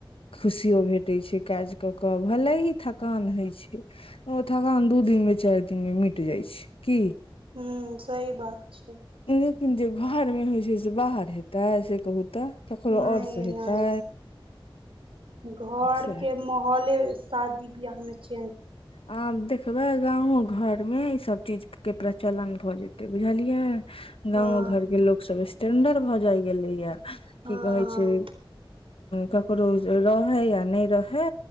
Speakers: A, on the left (about 80°); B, on the right (about 75°).
A: खुशियो भेटैत छै काज कऽ कऽ भले ही थकान होइत छै ओ थगान दू दिन मे चारि दिन में मिट जाइ छै की
B: हूँ सही बात छै
A: लेकिन जे घरमे होइ छै से बाहर हेतै से कहू तऽ ककरो
B: नहि
A: ओर से हेतै
B: नहि घर
A: सैह
B: के माहौले शादी बियाह में छै
A: आ देख देखबए गाँव घर में ई सब चीज के प्रचलन भऽ जेतै बुझलियै
B: हँ
A: गाँवो घर के लोको सब स्टेंडर्ड भए जाय गेले या
B: हँ
A: की कहे
B: हँ
A: छै ककरो रहे या नहि रहे